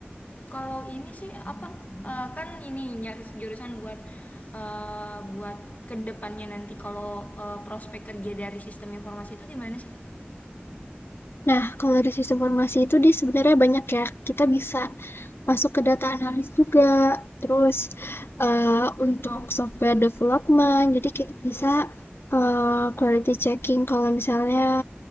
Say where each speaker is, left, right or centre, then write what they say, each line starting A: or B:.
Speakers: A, on the left; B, on the left.
A: kalau ini sih apa, eee, kan ini nyaris jurusan buat, eee, buat kedepannya nanti kalau, eee, prospek kerja dari sistem informasi itu gimana sih?
B: Nah, kalau dari sistem informasi itu dia sebenarnya banyak ya. Kita bisa masuk ke data analis juga terus eh, untuk software development jadi kita bisa eh, quality checking kalau misalnya